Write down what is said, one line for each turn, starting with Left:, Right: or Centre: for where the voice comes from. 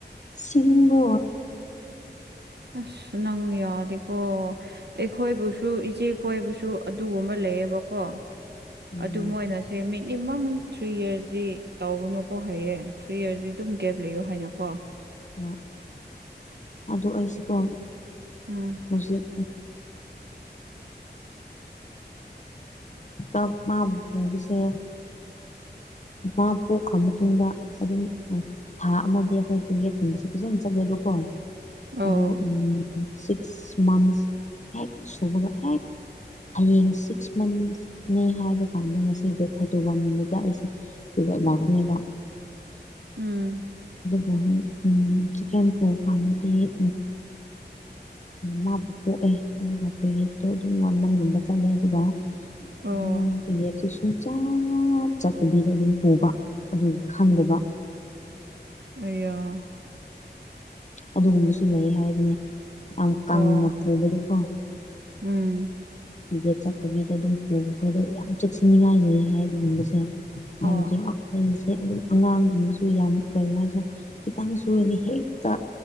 Left: ꯁꯤꯅꯤꯡꯤꯡꯕꯣ
Right: ꯑꯁ ꯅꯪ ꯌꯥꯗꯤꯀꯣ ꯑꯩꯈꯣꯏꯕꯨꯁꯨ ꯏꯆꯦ ꯍꯣꯏꯕꯁꯨ ꯑꯗꯨꯒꯨꯝꯕ ꯂꯩꯌꯦꯕꯀꯣ
Left: ꯎꯝ
Right: ꯑꯗꯨ ꯃꯣꯏꯅꯁꯦ ꯃꯤ ꯃꯤꯅꯤꯃꯝ ꯊ꯭ꯔꯤ ꯌꯔꯁꯇ ꯇꯧꯕꯅꯨ ꯍꯣꯏ ꯍꯑꯦ ꯊ꯭ꯔꯤ ꯌꯔꯁꯁꯤ ꯑꯗꯨꯝ ꯒꯦꯞ ꯂꯩꯌꯣ ꯍꯥꯏꯅꯀꯣ
Left: ꯑ ꯑꯣ ꯑꯩꯁꯤꯀꯣ
Right: ꯎꯝ
Left: ꯍꯧꯖꯤꯛ ꯐ ꯃꯥꯕꯨ ꯄꯨꯕꯁꯦ ꯃꯥ ꯄꯣꯛꯈ꯭ꯔ ꯃꯇꯨꯡꯗ ꯑꯗꯨꯝ ꯊꯥ ꯑꯃꯗꯤ ꯑꯩꯈꯣꯏ ꯄꯦꯔꯦꯠꯀꯨꯝꯕꯁꯦ ꯐꯖꯅ ꯆꯠꯂꯦꯕꯀꯣ
Right: ꯑꯣ
Left: ꯑꯗꯨ ꯁꯤꯛꯁ ꯃꯟꯊꯁ ꯍꯦꯛꯦꯛ ꯁꯨꯕꯒ ꯍꯦꯛꯦꯛ ꯍꯌꯦꯡ ꯁꯤꯛꯁ ꯃꯟꯁꯅꯦ ꯍꯥꯏꯕ ꯀꯥꯟꯗ ꯉꯁꯤ ꯗꯦ ꯊꯥꯔꯇꯤ ꯋꯥꯟ ꯅꯨꯃꯤꯠꯇ ꯑꯩꯁꯦ ꯂꯉꯦꯗ
Right: ꯎꯝ
Left: ꯑ ꯆꯤꯛꯀꯦꯟ ꯄꯣꯛꯀꯥꯟꯗꯗꯤ ꯃꯥꯕꯨ ꯄꯣꯛꯑꯦ ꯑꯗꯨꯒ ꯄꯦꯔꯦꯠꯇꯣ ꯑꯗꯨꯝ ꯃꯃꯟꯒꯨꯝꯕ ꯆꯜꯂꯦ ꯑꯗꯨꯒ
Right: ꯑꯣ
Left: ꯑꯗꯨꯝ ꯄꯤꯔꯦ ꯑꯗꯨ ꯁꯨꯡꯆ ꯆꯠꯇꯕꯤꯔ ꯑꯗꯨꯝ ꯄꯨꯕ ꯑꯗꯨ ꯈꯪꯗꯕ
Right: ꯑꯣ
Left: ꯑꯗꯨꯒꯨꯝꯕꯁꯨ ꯂꯩ ꯍꯥꯏꯕꯅꯦ ꯌꯥꯝ ꯀꯪꯅ
Right: ꯑꯣ
Left: ꯄꯨꯕꯗꯀꯣ
Right: ꯎꯝ
Left: ꯇꯤꯀꯦꯠ ꯆꯠꯇꯕꯤꯗ ꯑꯗꯨꯝ ꯄꯣꯕꯄꯗꯣ ꯌꯥꯝ ꯆꯦꯛꯁꯤꯟꯅꯤꯡꯉꯥꯏ ꯂꯩ ꯑꯗꯨꯒꯨꯝꯕꯁꯦ ꯍꯥꯏꯕꯗꯤꯈꯁꯦ
Right: ꯑꯣ
Left: ꯑꯗꯨꯝ ꯑꯉꯥꯡꯒꯨꯝꯕꯁꯨ ꯌꯥꯝ ꯀꯔꯤ ꯍꯥꯏꯁꯨ ꯈꯤꯇꯪ ꯁꯨꯔꯗꯤ ꯍꯦꯛꯇ